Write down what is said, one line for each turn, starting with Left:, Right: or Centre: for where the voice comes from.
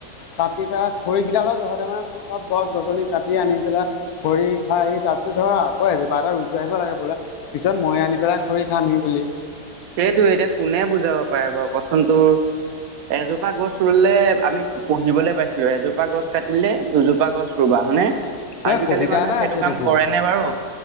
Left: কাটি পেলাই খৰিকেইদালৰ জহতে মানে চব গছ গছনি কাটি আনি পেলাই খৰি খাই আহি তাৰ পিছত ধৰ আকৌ আহিজো পা এটা ৰুই থৈ আহিব লাগে বোলে পিছত মই আনি পেলাই খৰি খামহি বুলি।
Right: সেইটোৱে, এতিয়া কোনে বুজাব পাৰে বাৰু কচোন, তোৰ এজোপা গছ ৰুলে, আমি পঢ়িবলৈ পাইছিলো, এজোপা গছ কাটিলে দুজোপা গছ ৰুৱা হয় নে,
Left: এ
Right: আজিকালি
Left: কবিতা
Right: মানুহে
Left: এটাই
Right: সেইটো
Left: আছে
Right: কাম
Left: দেখোন
Right: কৰে নে বাৰু?